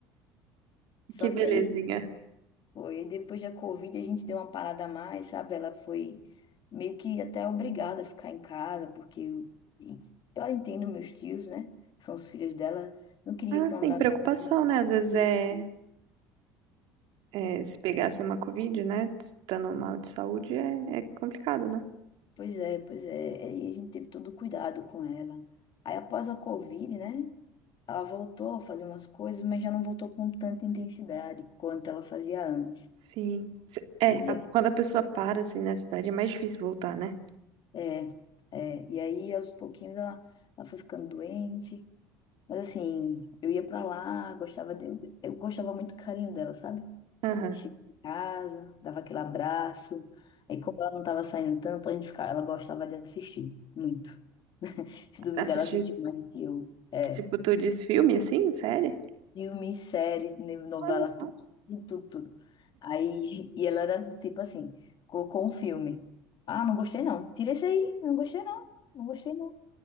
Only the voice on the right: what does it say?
Que belezinha.
Ah,
sem
preocupação, né? Às vezes
é,
é se pegasse uma Covid, né? Estando mal de saúde, é, é complicado, né?
Sim. Se- É,
a-
quando a pessoa para, assim, na cidade, é mais difícil voltar, né?
Aham.
Assistir,
tipo, tu diz filme, assim, série?
Olha só.